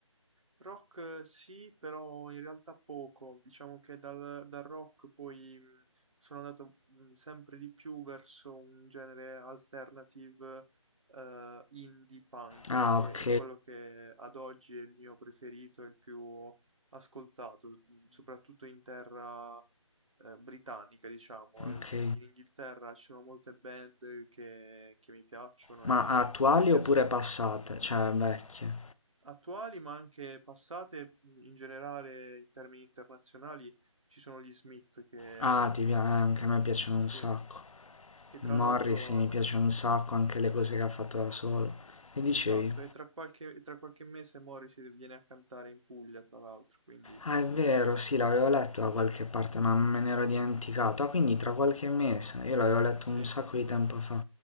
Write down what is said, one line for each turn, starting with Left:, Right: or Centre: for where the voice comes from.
Right: Rock eh, sì, però in realtà poco. Diciamo che dal, dal rock poi mh, sono andato mh, sempre di più verso un genere alternative eh, indie punk,
Left: Ah,
Right: che
Left: ok,
Right: è quello che ad oggi è il mio preferito e il più ascoltato, mh, soprattutto in terra eh, britannica, diciamo. Il-
Left: ok.
Right: In Inghilterra ci sono molte band che, che mi piacciono
Left: Ma
Right: e
Left: attuali
Right: e che
Left: oppure
Right: ascolto.
Left: passate? Cioè vecchie.
Right: Attuali ma anche passate, mh, in generale in termini internazionali ci sono gli Smith che,
Left: Ah, ti piace, Eh, anche a me piacciono
Right: sì,
Left: un sacco.
Right: che
Left: Morrissey
Right: tra l'altro,
Left: mi piace un sacco, anche le cose che ha fatto da solo. Che dicevi?
Right: esatto, e tra qualche, e tra qualche mese Morrissey viene a cantare in Puglia, tra l'altro, quindi
Left: Ah, è vero, sì, l'avevo letto da qualche parte, ma me ne ero dimenticato. Ah, quindi tra qualche mese. Io l'avevo letto
Right: sì,
Left: un sacco di tempo fa.